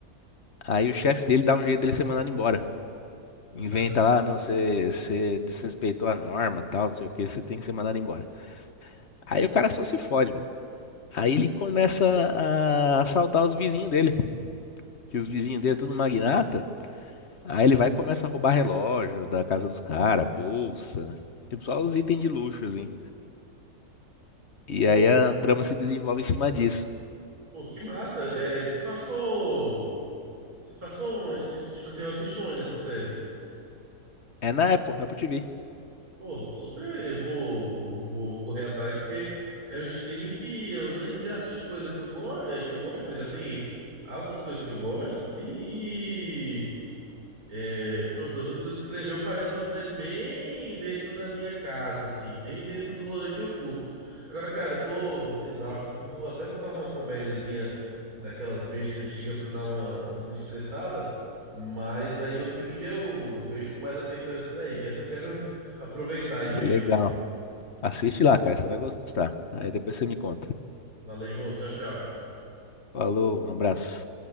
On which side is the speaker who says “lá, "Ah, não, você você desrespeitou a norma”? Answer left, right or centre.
Left